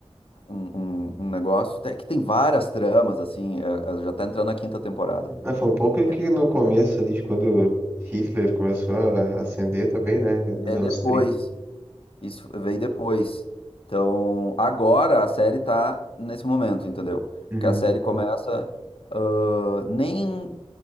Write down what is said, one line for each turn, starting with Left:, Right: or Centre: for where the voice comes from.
Left: um, um- um negócio. Tem- que tem várias tramas, assim. é- é- já tá entrando na quinta temporada.
Right: Ah, foi um pouco que
Left: É
Right: no começo ali, de quando Hitler começou a ascender também, né, nos
Left: é
Right: anos
Left: depois.
Right: trinta
Left: Isso veio depois. Então, agora a série tá nesse momento, entendeu?
Right: Uhum.
Left: Porque a série começa. ah, nem